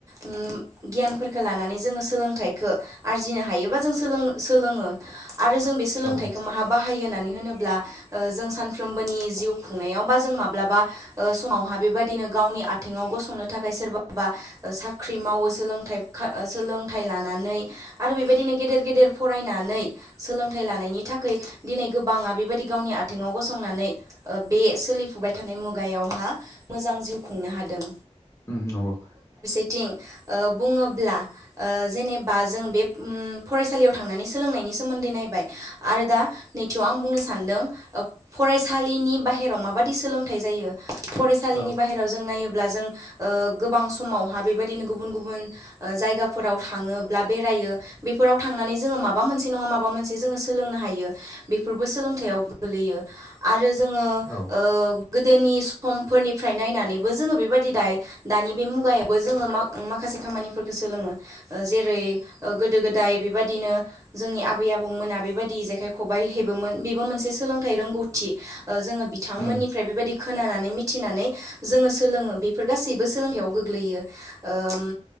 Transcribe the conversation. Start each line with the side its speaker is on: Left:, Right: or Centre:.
Right: उम गियानफोरखौ लानानै जोङो सोलोंथाइखौ आरजिनो हायोबा जों सोलोङो आरो जों बे सोलोंथाइखौ
Left: औ
Right: माहा बाहायो होननानै होनोब्ला जों सानफ्रबोनि जिउ खुंनायाव बा जों माब्लाबा ओ समावहा बेबायदिनो गावनि आथेंङाव गसंनो थाखाय सोरबाबा सा ख्रि मावो सोलों सोलोंथाइ लानानै आरो बेबायदिनो गेदेर गेदेर फरायनानै सोलोंथाइ लानायनि थाखाय दिनै गोबाङा बेबायदि गावनि आथिङाव गसंनानै बे सो लिफुबाय थानाय मुगायावहा मोजां जिउ खुंनो हादों।
Left: उम नंगौ।
Right: बिथिं ओ बुङोब्ला जेनेबा जों बे फरायसालियाव थांनानै सोलोंनाय नि सोमोन्दै नायबाय आरो दा नैथियाव आं बुंनो सानदों फरायसालिनि बाहेराव मा माबायदि सोलोंथाइ जायो फरायसालिनि
Left: औ
Right: बाहेराव जों नायोब्ला जों गोबां समाव हा बेबायदिनो गुबुन गुबुन जायगाफोराव थाङोब्ला बेरायो बेफोराव थांनानै जोङो माबा मोनसे नङा माबा मोनसे जोङो सोलोंनो हायो बेफोरबो सोलोंथाइयाव गोलैयो आरो आरो जोङो
Left: औ
Right: गोदोनि समफोरनिफ्राय नायनानैबो जोङो बेबायादि दायो दानि बे मुगायाव बो जोङो माखासे खामानिफोरखौ सोलोङो जेरै गोदो गोदाय बेबायदिनो जोंनि आबै आबौमोना बेबायदि जेखाइ खबाइ हेबोमोन बेबो मोनसे सोलोंथाइ रोंगौथि जोङो बिथांमोननिफ्राय
Left: उम
Right: बेबायदि खोनानानै मिथिनानै जोङो सोलोङो बेफोर गासैबो सोलोंथायाइयाव गोग्लैयो ओम